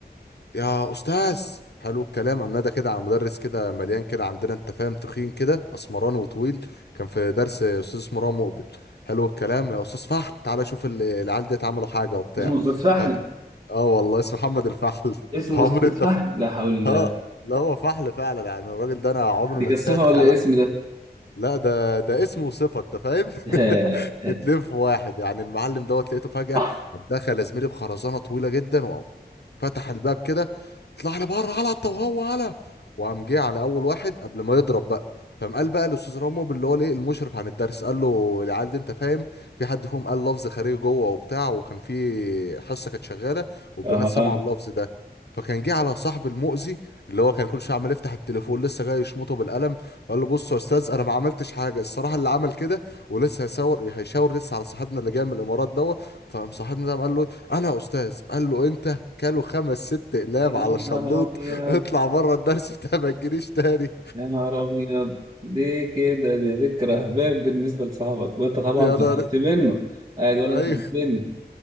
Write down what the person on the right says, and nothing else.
اسمه استاذ فهمي
اسمه
استاذ
فهمي لا حول
دي
كانت
صفة
ولا اسم ده؟
<laughs>
آه.
أها
يا
نهار
أبيض
يا نهار أبيض ليه كده دي ذكرى هباب بالنسبة لصاحبك وأنت طبعا
زعلت منه قاعد ولا
أنت بتبني